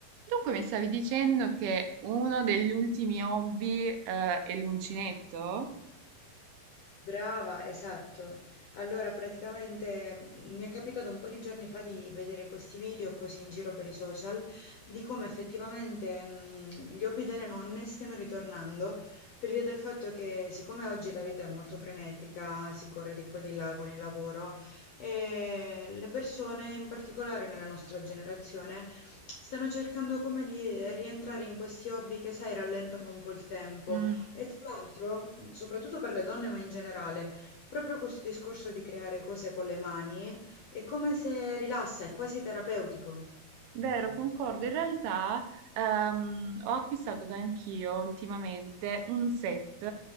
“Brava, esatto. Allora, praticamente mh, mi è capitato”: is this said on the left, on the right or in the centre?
Left